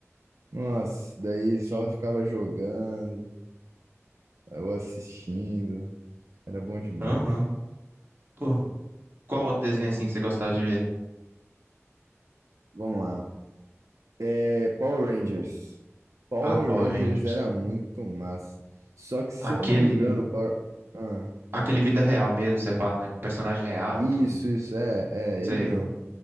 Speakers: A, on the right (about 85°); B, on the right (about 45°).
A: nossa, daí
B: Sim.
A: só ficava jogando ou assistindo. Era bom demais.
B: Aham. Pô, qual outro desenho assim que você gostava de ver?
A: Vamos lá. É, Power Rangers. Power
B: Ah, Power
A: Rangers
B: Rangers.
A: era muito massa. Só que, se
B: Aquele,
A: eu não me engano, Power... Ah,
B: aquele vida real mesmo, você fala, né? Com personagem real
A: isso,
B: e tudo.
A: isso, é, é
B: Sei.
A: ele mesmo.